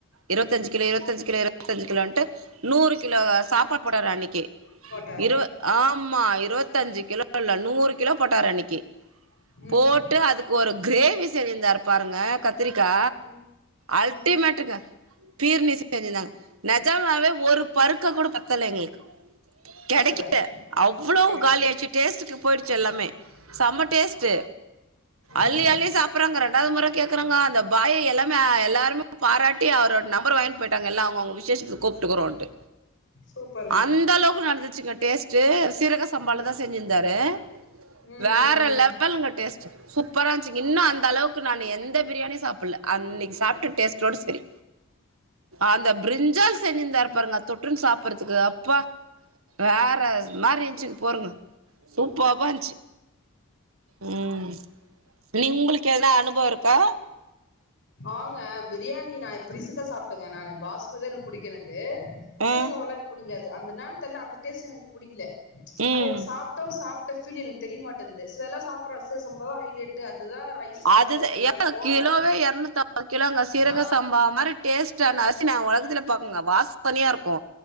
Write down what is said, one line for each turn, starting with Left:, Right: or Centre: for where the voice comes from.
Right: இருபத்த அஞ்சு கிலோ இருவத்தஞ்சு கிலோ இருவத்தஞ்சு கிலோன்ட்டு நூறு கிலோ சாப்பாடு போட்டாறு அன்னைக்கு
Left: போட்டார்
Right: இருவ ஆமா இருவத்தஞ்சு கிலோ இல்ல நூறு கிலோ போட்டாரு அன்னைக்கு
Left: ம்
Right: போட்டு அதுக்கு ஒரு கிரேவி செஞ்சுருந்தாரு பாருங்க கத் திரிக்கா
Left: ம்
Right: அல்டிமேட்டுக்கு
Left: ம்
Right: பீர் நீச தெரிஞ்சந்தாங்க நெஜமாவே ஒரு பருக்க கூட பத்தல எங்களுக்கு கெடைக்கல
Left: பத்தல
Right: அவ்வளவு
Left: கெடைக்கல
Right: காலி ஆயிடிச்சு டேஸ்டுக்கு போயிடுச்சு எல்லாமே செம்ம டேஸ்ட்
Left: ம்
Right: அள்ளி அள்ளி சாப் ப்றங்க ரெண்டாவது முறை கேக்குறாங்க அந்த பாய் எல்லாமே எல்லாருமே பாராட்டி அவரோட நம்பர் வாங்கிட்டு போயிட்டாங்க எல்லா அவங்க அவங்க விஷேசத்துக்கு கூப்ட்டுக்குறோன்ட்டு
Left: சூப்பருங்க
Right: அந்த அளவுக்கு நடந்துச்சுங்க டேஸ்ட்டு சீரக சம்பாலதா செஞ்சிருந்தாரு
Left: ம்
Right: வேற
Left: ம் ம்
Right: லெவலுங்க டேஸ்ட் சூப்பரா இருந்துச்சுங்க இன்னு அந்த அளவுக்கு நா எந்த பிரியாணியு சாப்பில்ல அன்னெக்கி சாப்ட்ட டேஸ்ட்டோட செரி அந்த பிரிஞ்சால் செஞ்சிருந்தார் பாருங்க அது தொட்டுனு சாப்றதுக்கு அப்பா வேற மாரி இருன்ச்சு போருங்க சூப்பர்வா இரு ம் நி உங்களுக்கு ஏதனா அனுபவோ இருக்கா
Left: ஆங்க பிரியாணி நா இப்ப ரீசன்டா சாப்டேங்க நானு பாஸ்மதிதா புடிக்கு எனக்கு சீரக
Right: ஆ
Left: சம்பாலா எனக்கு புடிக்காது அந்த என்னானு தெர்ல அந்த டேஸ்டு எனக்கு புடிக்கல
Right: ம்
Left: அந்த எனக்கு சாப்ப ப்ட்டு சாப்ட்ட ஃபீல் எனக்கு தெரியமாட்டேங்து சிலர்ல்லா சாப்டுறாங்க சீரகசம்பாதா ஹைலைடு அதுதா ரைஸ்னா
Right: அதுதா
Left: ரை நல்லா
Right: ஏங்க
Left: இருக்கு
Right: கிலோவே எரநூத்துஅம்பது கிலோங்க சீரக
Left: ஆ
Right: சம்பா அந்த மாரி டேஸ்டுனா அரிசி நா ஒலகத்துல பாக்கேலங்க வாசனையா இருக்கு